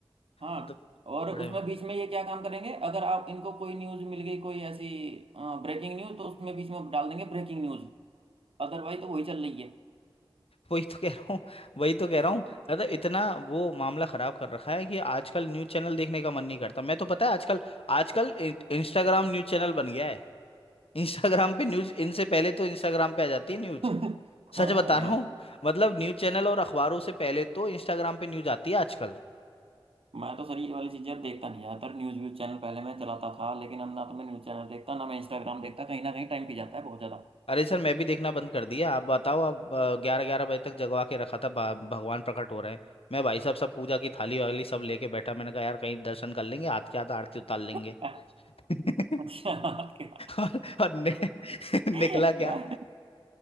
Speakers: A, on the right; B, on the left.
A: हाँ
B: मतलब
A: और
B: बड़े
A: उसमें बीच में ये क्या काम करेंगे अगर आप इनको कोई न्यूज मिल गई कोई ऐसी ब्रेकिंग न्यूज तो उसमें बीच में डाल देंगे ब्रेकिंग न्यूज अदरवाइज तो वही चल रही है
B: वही तो कह रहा हूँ वही तो कह रहा हूँ मतलब इतना वो मामला खराब कर रखा है कि आजकल न्यूज चैनल देखने का मन नहीं करता मैं तो पता है आजकल आजकल इंस्टाग्राम न्यूज चैनल बन गया है इंस्टाग्राम पे न्यूज इनसे पहले तो इंस्टाग्राम पे आ जाती है न्यूज
A: <laughs>
B: सच
A: हाँ
B: बता
A: यार
B: रहा हूँ मतलब न्यूज़ चैनल और अखबारों से पहले तो इंस्टाग्राम पे न्यूज़ आती है आजकल
A: मैं तो सर ये वाली चीजें अब देखता नहीं ज्यादातर न्यूज व्यूज चैनल पहले मैं चलाता था लेकिन अब ना तो मैं न्यूज चैनल देखता ना मैं इंस्टाग्राम देखता कहीं ना कहीं टाइम पी जाता है बहुत ज्यादा
B: अरे सर मैं भी देखना बंद कर दिया आप बताओ आप ग्यारह ग्यारह बजे तक जगवा के रखा था भा- भगवान प्रकट हो रहे हैं मैं भाई साहब सब पूजा की थाली वाली सब लेके बैठा मैंने कहा यार कहीं दर्शन कर लेंगे हाथ के हाथ आरती उतार लेंगे
A: <laughs>
B: <laughs>
A: अच्छा आपके-
B: और, और नि, <laughs> निकला
A: <laughs>
B: क्या
A: यार